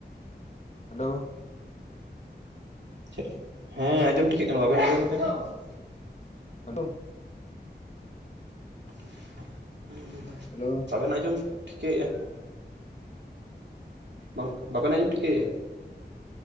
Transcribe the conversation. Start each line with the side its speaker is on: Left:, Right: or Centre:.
Left: ᱦᱟᱞᱳᱻ ᱾
Right: <unintelligible> ᱦᱮᱸᱻ, ᱟᱸᱡᱚᱢ ᱴᱷᱤᱠᱟᱹᱜ ᱠᱟᱱᱟ, ᱵᱟᱵᱮᱱ ᱟᱸᱡᱚᱢᱮᱫᱼᱟ? ᱟᱸᱻᱪᱷᱟ ᱾
Left: ᱦᱮᱞᱳ <unintelligible>
Right: <unintelligible> ᱩ-ᱝᱦᱩᱸ ᱾
Left: ᱦᱟᱻᱞᱳ ᱾
Right: ᱵᱟᱵᱮᱱ, ᱟᱸᱡᱚᱢ ᱴᱷᱤᱠᱟᱹ ᱭᱮᱜᱼᱟ ᱾ ᱵᱟᱝ, ᱵᱟᱵᱮᱱ ᱟᱸᱡᱚᱢ ᱴᱷᱤᱠᱟᱹ ᱭᱮᱜᱼᱟ?